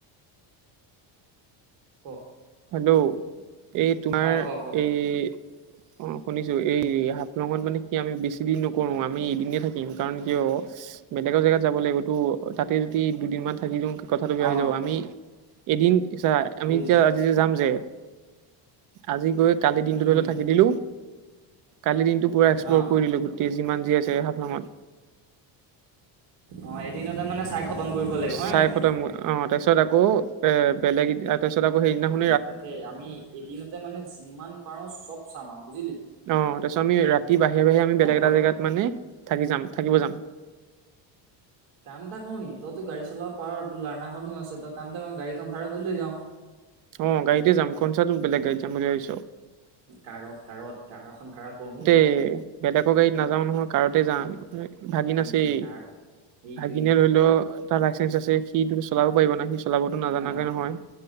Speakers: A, on the right; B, on the right.
A: ক'?
B: হেল্ল' এই তোমাৰ
A: অ ক ক
B: এই
A: <unintelligible>
B: অ' শুনিছো। এই হাফলঙত মানে কি আমি বেছি দিন নকৰো আমি এদিনে থাকিম। কাৰণ কিয়- বেলেগৰ জেগাত যাব লাগিবটো, তা'তে যদি দুদিনমান থাকি দিওঁ- কথাটো বেয়া
A: অ
B: হৈ যাব। আমি এদিন চা' আমি
A: বুজিছো
B: যেতিয়া- যাম যে আজি গৈ- কালি দিনটোত
A: উম
B: ধৰি
A: উম
B: লওঁ থাকি দিলো, কালিৰ দিনটো পুৰা এক্সপ্ল'ৰ
A: অ
B: কৰি দিলো। কি যিমান যি আছে হাফলঙত।
A: অঁ', এদিনতে মানে চাই- খতম কৰিব লাগিব। হয়
B: চাই
A: নাই
B: খতম অঁ', তাৰপিছত আকৌ এ' বেলেগ তাৰপিছত আকৌ হেৰি দিনাখন-
A: অ' তাকে আমি এদিনতে মানে যিমান পাৰো চব চাম আৰু বুজিলি।
B: অঁ', তাৰপিছত আমি ৰাতি বাহিৰে-বাহিৰে আমি বেলেগ
A: অ প
B: এটা জেগাত মানে থাকি যাম-থাকিব যাম।
A: কাম এটা কৰো নেকি, তইতো গাড়ী চলাব পাৰ আৰু তোৰ লাৰ্নাখনো আছে তই কাম এটা কৰো গাড়ীখন ভাড়া কৰি লৈ যাওঁ।
B: অঁ', গাড়ীতে যাম, কৌনচা তোৰ বেলেগ গাড়ীত যাম বুলি ভাবিছ।
A: কাৰত-কাৰত, কাৰ এখন ভাড়া কৰোঁ।
B: কি? বেলেগৰ গাড়ীত নাযাওঁ নহয় কাৰতে যাম। ভাগিন
A: সেইটোৱেই
B: আছেই।
A: কাৰ সেইটোৱেই
B: ভাগিনে ধৰি ল- তাৰ লাইচেঞ্চ আছেই সিটো চলাব পাৰিব না, সি চলাবতো নাজানাকে
A: হা
B: নহয়।